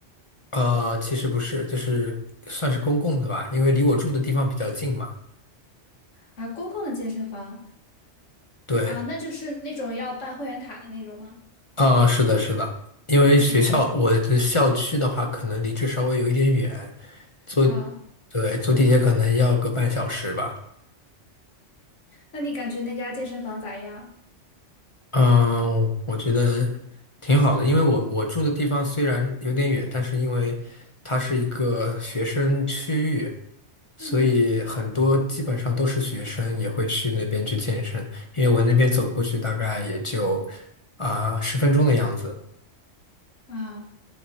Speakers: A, on the left (about 30°); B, on the left (about 80°).
A: 呃，其实不是，就是算是公共的吧，因为离我住的地方比较近嘛。
B: 啊，公共的健身房
A: 对，
B: 啊，那就是那种要办会员卡的那种吗？
A: 啊，是的，是的，因为学校我的校区的话，
B: 嗯
A: 可能离这稍微有一点远，坐，
B: 啊，
A: 对，坐地铁可能要个半小时吧。
B: 那你感觉那家健身房咋样？
A: 嗯，我觉得挺好的，因为我我住的地方虽然有点远，但是因为它是一个学生区域，所以很多基本上都是学生也会去那边去健身，
B: 嗯
A: 因为我那边走过去大概也就啊十分钟的样子。
B: 啊。